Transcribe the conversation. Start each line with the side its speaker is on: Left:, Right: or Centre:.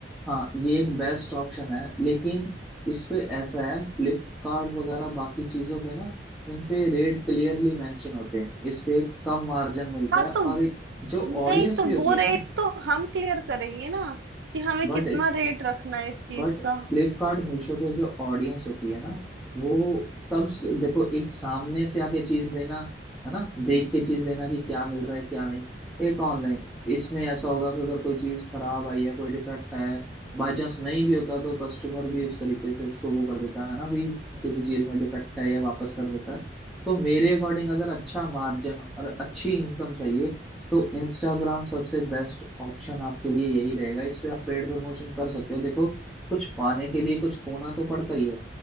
Centre: हाँ ये एक बेस्ट ऑप्शन है लेकिन इस पे ऐसा है फ्लिपकार्ट वगैरह बाकी चीजों पे ना इन पे रेट क्लियरली मेंशन होते हैं इस पे एक कम मार्जिन मिलता
Right: हाँ
Centre: है और
Right: तो
Centre: एक जो
Right: नहीं
Centre: ऑडियंस
Right: तो
Centre: भी होती
Right: वो
Centre: है
Right: रेट
Centre: ना
Right: तो हम क्लियर करेंगे ना कि हमें कितना
Centre: बट एक
Right: रेट रखना है इस चीज
Centre: बट
Right: का
Centre: फ्लिपकार्ट मीशो पे जो ऑडियंस होती है ना वो तब स- देखो एक सामने से आके चीज लेना है ना देख के चीज लेना कि क्या मिल रहा है क्या नहीं एक ऑनलाइन इसमें ऐसा होगा कि अगर कोई चीज खराब आई है कोई डिफेक्ट है बाय चांस नहीं भी होता तो कस्टमर भी उस तरीके से उसको वो कर देता है ना भी किसी चीज में डिफेक्ट है या वापस कर देता है तो मेरे अकॉर्डिंग अगर अच्छा मार्जिन और अच्छी इनकम चाहिए तो इंस्टाग्राम सबसे बेस्ट ऑप्शन आपके लिए यही रहेगा इस पे आप पेड प्रमोशन कर सकते हो देखो कुछ पाने के लिए कुछ खोना तो पड़ता ही है